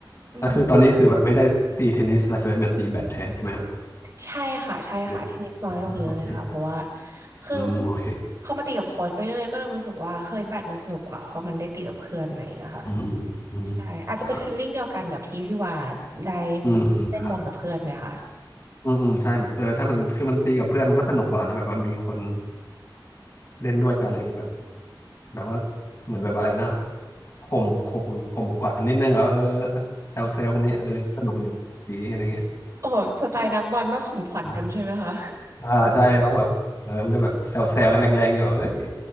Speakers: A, on the right; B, on the left.
A: อืม
B: แล้วคือตอนนี้คือแบบไม่ได้ตีเทนนิสแล้วใช่ไหมมาตีแบดแทนใช่ไหมฮะ
A: ใช่ค่ะใช่ค่ะเทนนิสน้อยลงเยอะเลยค่ะเพราะว่า
B: หรืออ่าโอเค
A: คือ
B: อืมโอเค
A: พอมาตีกับโค้ชไปเรื่อยๆก็เริ่มรู้สึกว่าเฮ้ยแบดมันสนุกกว่าเพราะมันได้ตีกับเพื่อนอะไรอย่างเงี้ยค่ะ
B: อืมอืมอืม
A: ใช่อาจจะเป็นฟีลลิ่งเดียวกันกับที่พี่วาดได้
B: อ่าอืมอืมครับ
A: เล่นบอลกับเพื่อนไหมคะ
B: อืมอืมใช่เหมือนเออถ้ามันคือมันตีกับเพื่อนมันก็สนุกกว่านะแบบว่ามีคนเล่นด้วยกันอะไรเงี้ยแบบ แบบว่าเหมือนแบบอะไรนะข่มข่มข่มขวัญนิดนึงเหรอเออเซลเซลกันเนี่ยเออสนุกดีอะไรเงี้ย
A: โอ้โหสไตล์นักบอลต้องข่มขวัญกันใช่ไหมคะ
B: <laughs> อ่าใช่ต้องแบบเออมันจะแบบแซลแซลกันแรงๆเนี่ยแบบเอ้ย